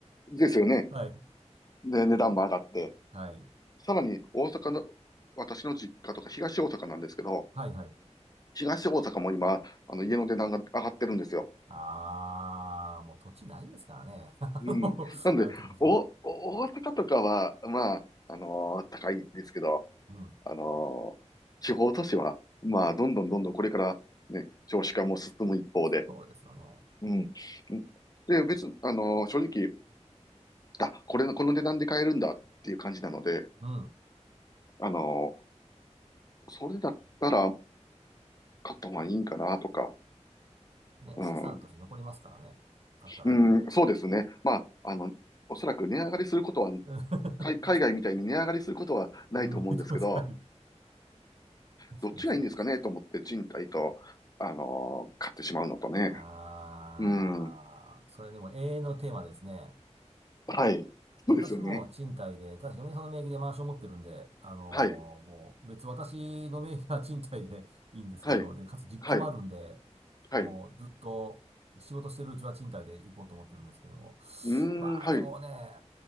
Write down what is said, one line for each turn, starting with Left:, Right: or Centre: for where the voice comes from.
Left: ですよね。
Right: <laughs> はい。
Left: で、値段も上がって。
Right: はい。
Left: さらに大阪の、私の実家とか東大阪なんですけど、
Right: はい、はい。
Left: 東大阪も今、あの、家の値段が上がってるんですよ。
Right: ああ、もう土地ないですからね。<laughs> あの空いてる土地が。
Left: うん。なんで、お、お大阪とかは、まあ、あのー高いですけど、
Right: うん。
Left: あのー地方都市は、まあ、どんどんどんどんこれからね、少子化も進む一方で、
Right: そうですよね。
Left: うん。で、別に、あの、正直、あ、これの、この値段で買えるんだっていう感じなので、
Right: うん。
Left: あの、それだったら買った方がいいんかなとか、
Right: ね、
Left: うん、
Right: 資産として残りますからね。買ったら。
Left: うん、そうですね。まあ、あの、おそらく値上がりすることは、
Right: <laughs>
Left: 海、海外みたいに値上がりすることはないと思うんですけど、
Right: ないと思います。はい。確かにそうです。
Left: どっちがいいんですかねと思って賃貸と、あの、買ってしまうのとね。
Right: ああ、
Left: うん、
Right: それでも永遠のテーマですね。
Left: はい。
Right: 私も賃貸で、
Left: そうですよね。
Right: ただし嫁さんの名義でマンション持ってるんで、あのーもう別私の名義は賃貸で
Left: はい、
Right: <laughs> いいんですけど、
Left: はい、
Right: で、かつ実家もあるんで、
Left: はい、はい。
Right: もうずっと仕事してるうちは賃貸で行こうと思ってるんですけども。
Left: うーん、
Right: まあでもね、
Left: はい。